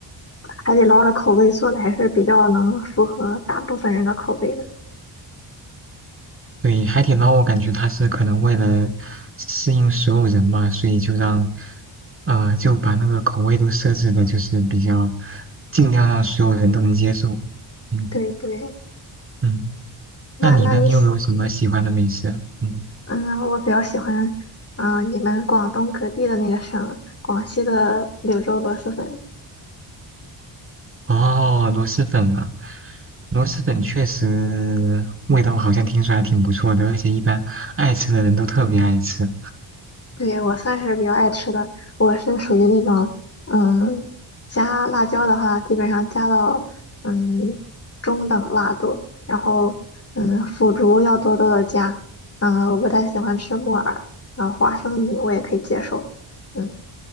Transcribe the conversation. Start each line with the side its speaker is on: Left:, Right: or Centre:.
Left: 海底捞的口味做的还是比较能符合大部分人的口味的。
Right: 对，海底捞我感觉它是可能为了适应所有人嘛，所以就让，呃，就把那个口味都设置的，就是比较尽量让所有人都能接受。嗯
Left: 对对，
Right: 嗯，
Left: 那那你喜，
Right: 那你呢？你有没有什么喜欢的美食？嗯，
Left: 嗯，我比较喜欢，嗯、你们广东隔壁的那个省，广西的柳州螺蛳粉。
Right: 哦，螺蛳粉啊，螺蛳粉确实味道好像听说还挺不错的，而且一般爱吃的人都特别爱吃。
Left: 对，我算是比较爱吃的，我是属于那种，嗯，加辣椒的话，基本上加到嗯中等辣度，然后嗯腐竹要多多的加，嗯，我不太喜欢吃木耳，然后花生米我也可以接受。嗯。